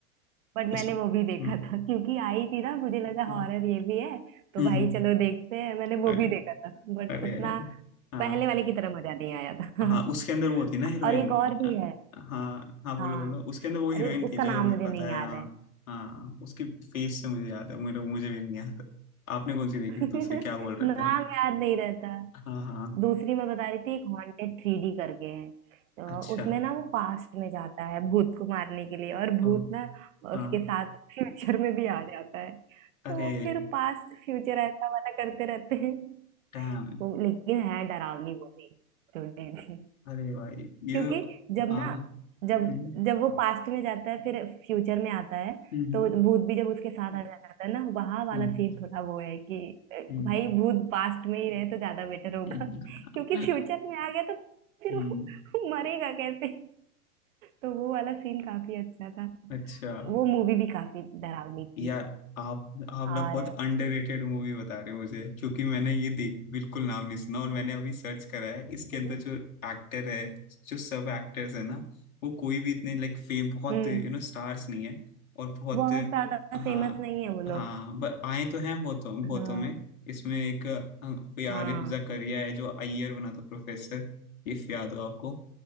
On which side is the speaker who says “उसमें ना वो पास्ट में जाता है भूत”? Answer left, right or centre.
Right